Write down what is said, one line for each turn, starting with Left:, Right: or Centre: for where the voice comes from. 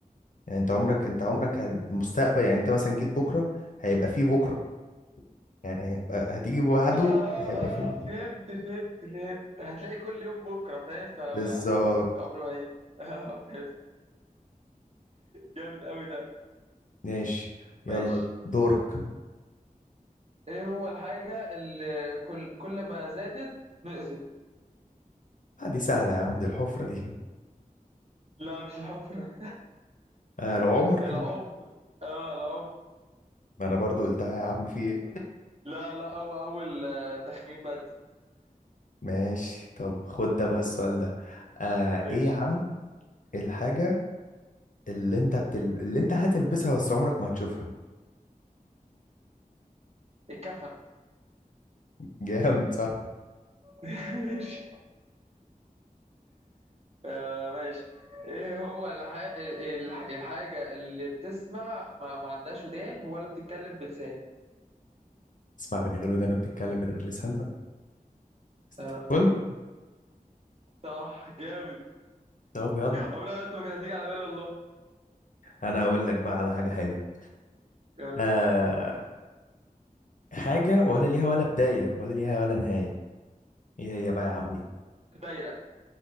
Left: يعني انت عمرك انت عمرك هال- المستقبل يعني انت مثلا جيت بكره هيبقى فيه بكره يعني هيبقى هتيجي بعده
Right: اه اه
Left: هيبقى
Right: اه
Left: فيه بكره
Right: فهمت فهمت فهمت هتلاقي كل يوم بكره فاهم ف
Left: بالظبط
Right: عمره ما هيجي <laughs> اه فهمت جامد قوي ده
Left: ماشي يلا
Right: ماشي
Left: دورك
Right: ايه هو الحاجه اللي كل كل ما زادت نقصت
Left: آه دي سهله يا عم دي الحفره دي
Right: لا مش الحفره
Left: آه العمر
Right: <laughs> العمر اه العمر
Left: ما انا برضو قلتها يا عم في
Right: لا لا هو اول آه، تخمين بس
Left: ماشي طب خد ده بقى السؤال ده آه
Right: ماشي
Left: ايه يا عم الحاجه اللي انت بتل... اللي انت هتلبسها بس عمرك ما هتشوفها
Right: اتكفل
Left: <laughs> جامد صح
Right: <laughs> ماشي آه، ماشي ايه هو الح... الح... الحاجة اللي بتسمع ما, ما عندهاش ودان ولا بتتكلم بلسان
Left: اسمع من غير ودانا بتتكلم من غير لسان التليفون
Right: آه. صح جامد
Left: طب يلا
Right: عمرها انت ما كانت هتيجي على بالي والله
Left: انا هقول لك بقى على حاجه حلوه
Right: يلا
Left: آه حاجه ولا ليها ولا بدايه ولا ليها ولا نهايه ايه هي بقى يا عمي
Right: الدايرة